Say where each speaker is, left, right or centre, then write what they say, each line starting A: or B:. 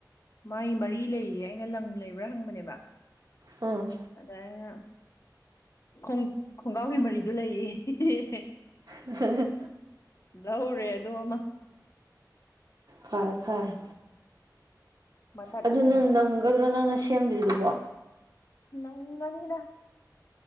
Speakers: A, on the left; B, on the right.
A: ꯃꯥꯏ ꯃꯔꯤ ꯂꯩꯌꯦ ꯑꯩꯅ ꯂꯪ ꯂꯩꯕ꯭ꯔꯥ ꯍꯪꯕꯅꯦꯕ
B: ꯑꯥ
A: ꯑꯗ ꯑꯩꯅ ꯈꯣꯡ ꯈꯣꯡꯒ꯭ꯔꯥꯎꯒꯤ ꯃꯔꯤꯗꯨ ꯂꯩꯌꯦ ꯍꯦ ꯍꯦ ꯍꯦ
B: ꯎ
A: ꯂꯧꯔꯦ ꯑꯗꯨ ꯑꯃ
B: ꯐꯔꯦ ꯐꯔꯦ
A: ꯃꯇꯠ
B: ꯑꯗꯨ
A: ꯑꯃꯅꯦ
B: ꯅꯪ ꯅꯪꯒꯗ꯭ꯔꯣ ꯅꯪꯅ ꯁꯦꯝꯗ꯭ꯔꯤꯗꯨꯕꯣ
A: ꯅꯪꯅꯤꯗ